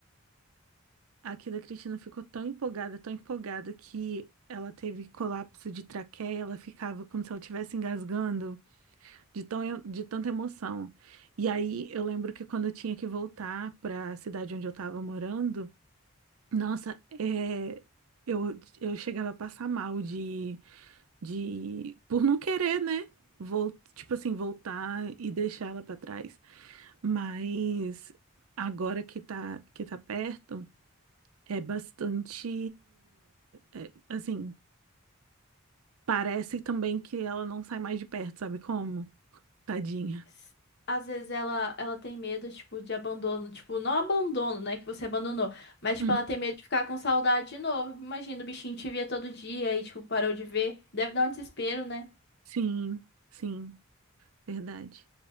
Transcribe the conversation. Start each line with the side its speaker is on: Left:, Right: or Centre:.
Right: Aqui da Cristina ficou tão empolgada, tão empolgada que ela teve colapso de traqueia, ela ficava como se ela estivesse engasgando de tão, de tanta emoção. E aí eu lembro que quando eu tinha que voltar para a cidade onde eu estava morando, nossa, é, eu, eu chegava a passar mal de, de por não querer, né? Vol, tipo assim, voltar e deixar ela para trás. Mas agora que tá, que tá perto. É bastante. é, assim, parece também que ela não sai mais de perto, sabe como? Tadinha.
Left: s- Às vezes ela, ela tem medo, tipo, de abandono. Tipo, não abandono, né? Que você abandonou. Mas,
Right: Uhum.
Left: tipo, ela tem medo de ficar com saudade de novo. Imagina, o bichinho te via todo dia e, tipo, parou de ver. Deve dar um desespero, né?
Right: Sim, sim, verdade.